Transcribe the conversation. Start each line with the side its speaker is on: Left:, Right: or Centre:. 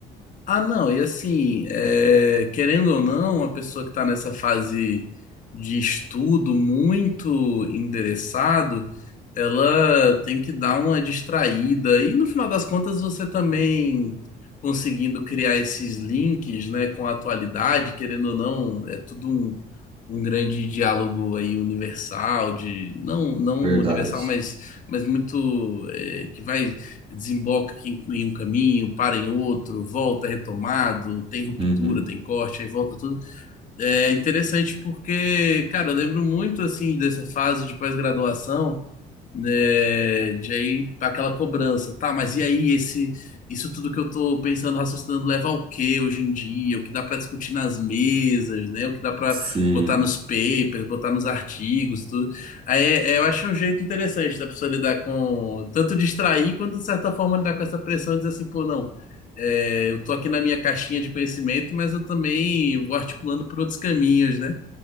Left: Ah, não, e assim, é, querendo ou não, a pessoa que está nessa fase de estudo muito endereçado, ela tem que dar uma distraída. E no final das contas, você também conseguindo criar esses links, né, com a atualidade, querendo ou não, é tudo um, um grande diálogo aí universal, de não, não
Right: Verdade.
Left: universal, mas, mas muito, é, que vai desemboca aqui em um caminho, para em outro, volta retomado, tem ruptura,
Right: Uhum.
Left: tem corte, aí volta tudo. É interessante porque, cara, eu lembro muito assim dessa fase de pós-graduação né, de aí aquela cobrança, tá, mas e aí esse isso tudo que eu tô pensando, raciocinando, leva ao quê hoje em dia? O que dá pra discutir nas mesas, né? O que dá pra
Right: Sim.
Left: botar nos papers, botar nos artigos, tudo. Aí é- é, eu acho um jeito interessante da pessoa lidar com tanto distrair quanto de certa forma lidar com essa pressão e dizer assim, pô, não, é, eu tô aqui na minha caixinha de conhecimento, mas eu também vou articulando por outros caminhos, né?